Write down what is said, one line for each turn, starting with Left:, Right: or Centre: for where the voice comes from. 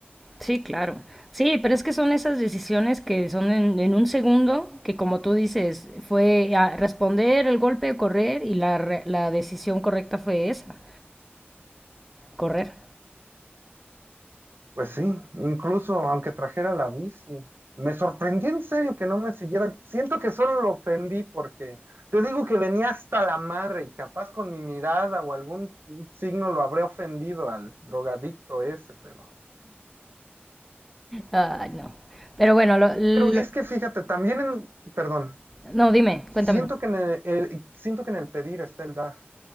Centre: Sí, claro. Sí, pero es que son esas decisiones que son en, en un segundo, que como tú dices, fue a responder el golpe o correr y la, re- la decisión correcta fue esa, correr.
Right: Pues sí, incluso aunque trajera la bici. Me sorprendí en serio que no me siguiera. Siento que solo lo ofendí porque te digo que venía hasta la madre y capaz con mi mirada o algún signo lo habré ofendido al drogadicto ese, pero.
Centre: Ah, no. Pero bueno, lo- lo-
Right: Pero es que fíjate, también en, perdón,
Centre: no, dime,
Right: siento
Centre: cuéntame.
Right: que en el, el- siento que en el pedir está el dar,